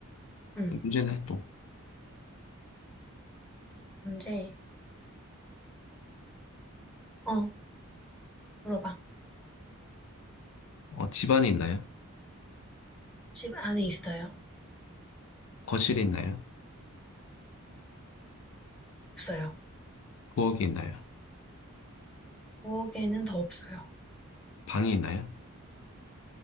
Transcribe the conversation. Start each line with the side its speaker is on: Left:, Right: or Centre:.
Centre: 응.
Left: 문제는 또.
Centre: 문제, 어, 물어봐.
Left: 어, 집안에 있나요?
Centre: 집 안에 있어요?
Left: 거실에 있나요?
Centre: 없어요.
Left: 부엌에 있나요?
Centre: 부엌에는 더 없어요.
Left: 방이 있나요?